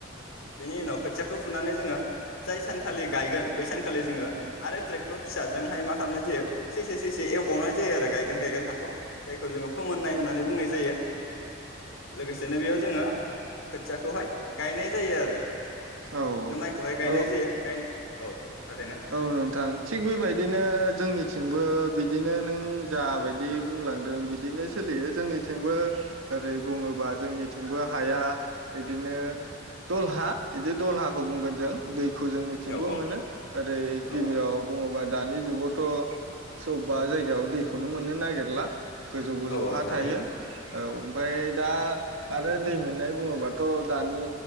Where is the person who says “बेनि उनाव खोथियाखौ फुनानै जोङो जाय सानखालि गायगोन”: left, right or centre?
Left